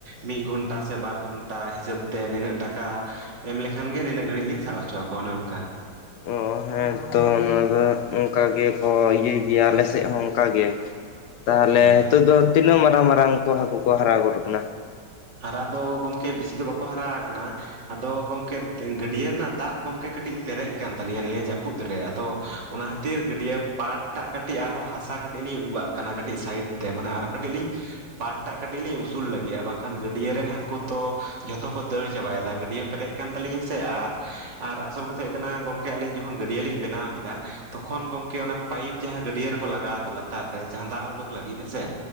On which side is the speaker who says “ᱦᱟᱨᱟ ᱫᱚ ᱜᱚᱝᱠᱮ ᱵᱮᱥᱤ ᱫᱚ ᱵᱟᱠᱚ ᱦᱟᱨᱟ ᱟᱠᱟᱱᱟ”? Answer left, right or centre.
Right